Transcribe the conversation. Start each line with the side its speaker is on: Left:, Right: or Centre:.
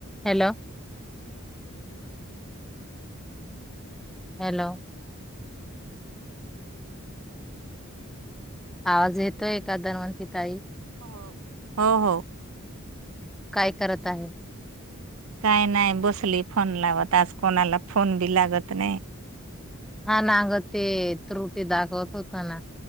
Centre: Hello hello आवाज येतोय ए का दनवंती ताई
Right: हो. हो हो
Centre: काय करत आहे
Right: काय नाही बसली फोन लावत आज कोणाला फोन बी लागत नाही
Centre: हा नागत रुटी दाखवत होत ना